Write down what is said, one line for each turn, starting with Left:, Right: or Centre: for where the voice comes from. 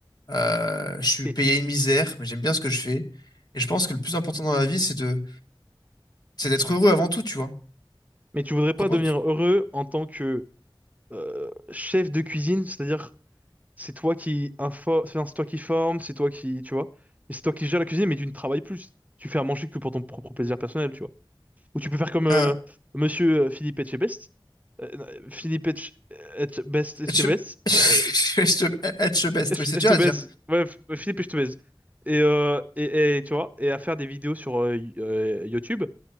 Left: Euh, je suis
Right: vue.
Left: payé une misère, mais j'aime bien ce que je fais. Et je pense que le plus important dans la vie, c'est de, c'est d'être heureux avant tout, tu vois.
Right: Mais tu voudrais pas
Left: T'en penses-
Right: devenir
Left: tu-
Right: heureux en tant que euh, chef de cuisine, c'est-à-dire c'est toi qui info, enfin, c'est toi qui forme, c'est toi qui, tu vois, mais c'est toi qui gère la cuisine, mais tu ne travailles plus. Tu fais à manger que pour ton propre plaisir personnel, tu vois. Ou tu peux faire comme euh,
Left: euh,
Right: Monsieur euh, Philippe Etchebest. Euh, non, Philippe Etche- Etchebest, Etchebest,
Left: être, <laughs>
Right: euh,
Left: être- être the best.
Right: Etche-
Left: Oui, c'est
Right: je
Left: dur
Right: te
Left: à
Right: baise.
Left: dire.
Right: Ouais, F- Philippe, je te baise. Et, euh, et, et, tu vois, et à faire des vidéos sur euh, y- euh, YouTube